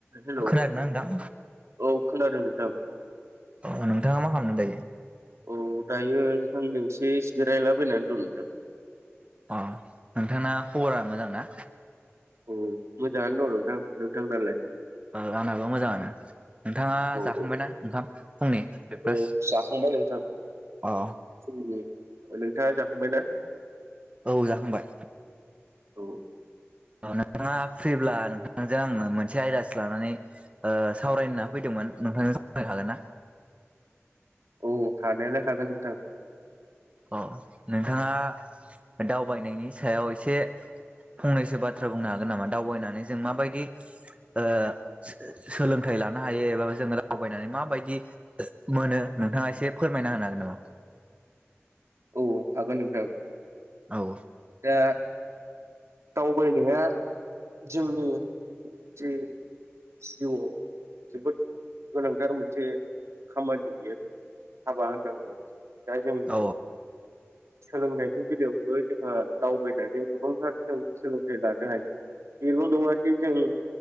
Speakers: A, on the right; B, on the right.
A: Hello
B: खोनादों ना नोंथां
A: औ खोनादों नोंथां
B: अ नोंथाङा मा खालामदों दायो
A: औ दायो नोंथांनियाव एसे जिरायलाबायनानै दं नोंथां
B: अ नोंथाङा खबरा मोजां ना
A: औ मोजाङानो दं नोंथां नोंथांनालाय
B: ओआंनाबो मोजाङानो नोंथाङा
A: औ
B: जाखांबायना
A: औ
B: ओंखाम फुंनि ब्रेकफास
A: औ जाखांबाय नोंथां
B: औ
A: फुंनि नोंथाङा जाखांबाय ना
B: औ जाखांबाय
A: औ
B: नोंथाङा फ्रिब्ला नोंथांजों आङो मोनसे आयदासो लानानै ओ सावरायनो होनना फैदोंमोन । नोंथां आ सावरायनो हागोन ना?
A: औ हानायालाय हागोन नोंथां ।
B: अ नोंथाङा दावबायनायनि सायाव एसे फंनैसो बाथ्रा बुंनो हागोन नामा दावबायनानै जों माबायदि ओ सो-सोलोंथाइ लानो हायो एबा जोङो दावबायनानै माबायदि मोनो? नोंथाङा एसे फोरमायना होनो हागोन नामा?
A: औ हागोन नोंथां।
B: औ
A: दा दावबायनाया जोंनि जि जिउआव जोबोद गोनांथार मोनसे खामानि बियो हाबा होननांगोन। दा जों
B: औ
A: सोलोंनायनि बेलायावबो जोंहा दावबायनानै गोबांथार जों सोलोंथाइ लानो हायो। बेल' नङादि जों